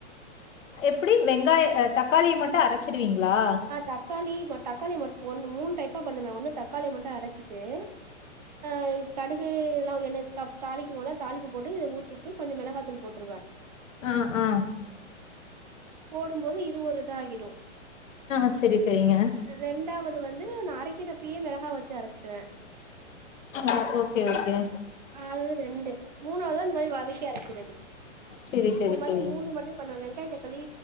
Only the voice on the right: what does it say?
ஆ தக்காளி மட்டு தக்காளி மட்ட ஒ மூணு டைப்பா பண்ணுவே ஒன்னு தக்காளி மட்டு அரச்சிட்டு ஆ கடுகு இதெல்லா என்ன த தாளிக்குவோல தாளிக்கு போட்டு இத ஊற்றிட்டு கொஞ்சோ மெளகாத்தூள் போட்டுருவே
போம்போது இது ஒரு இதாகிடு
ரெண்டாவது வந்து நா அரக்கிறப்பவே மெளகா வெச்சு அரச்சிக்குவே
ஆ அது வந்து ரெண்டு மூணாவதா இந்த மாரி வதக்கி அரக்கிறது
இந்த மாரி
மூணு மட் பண்ணுவ வெங்காய தக்காளி